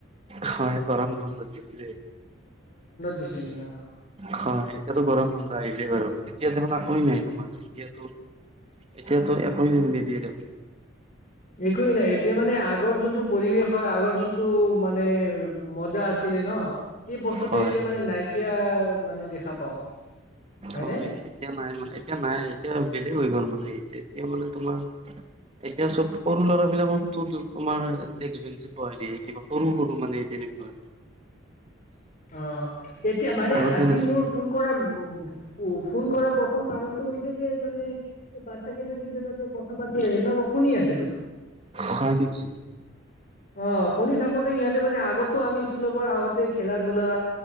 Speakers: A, on the right; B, on the left.
A: হয়, গৰম বন্ধত দিছিলে।
B: দিছিলি অ।
A: হয়, এতিয়াতো গৰম বন্ধ আহিলেই বাৰু এতিয়া দেখোন আকো নাই তোমাৰ এতিয়াতো এতিয়াতো একোৱে নিদিয়ে দেখোন।
B: একোৱেই নাই এতিয়া মানে আগ আগৰ যোনটো পৰিৱেশ হয় আগৰ যোনটো মানে মজা আছিলে ন, এই বস্তুটো
A: হয়
B: এতিয়া মানে নাইকিয়া মানে দেখা পাওঁ। হয়নে?
A: হয়, এতিয়া নাই মানে এতিয়া নাই এতিয়া বেলেগ হৈ গ'ল মানে এতিয়া মানে তোমাৰ এতিয়া চব সৰু ল'ৰা বিলাকক তো তোমাৰ ডেস্ক বেঞ্চিত বহাই দিয়ে, কিবা সৰু সৰু মানে তেনেকুৱা।
B: অ, এতিয়া মানে
A: আগতে
B: আজি
A: নাছিল
B: মোৰ ফোন কৰা উ, উ, ফোন কৰাৰ প্ৰথম কাৰণটো হৈছে যে মানে বাচ্ছা কেইটা যেতিয়া তাতে কথা পাতি আছিল ন মই শুনি আছিলো।
A: হয় নেকি?
B: অ, শুনি থাকোতে সিহঁতে মানে আগতটো আমি স্কুলৰ পৰা আহোতে খেলা ধূলা